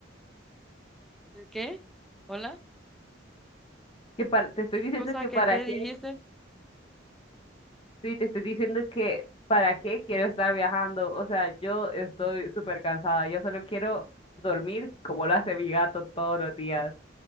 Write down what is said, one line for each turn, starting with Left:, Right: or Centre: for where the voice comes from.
Centre: ¿El qué? ¿Hola?
Left: que para- te estoy diciendo
Centre: ¿Cosa
Left: que
Centre: que
Left: para
Centre: qué
Left: qué,
Centre: dijiste?
Left: sí, te estoy diciendo que para qué quiero estar viajando. O sea, yo estoy súper cansada. Yo solo quiero dormir como lo hace mi gato todos los días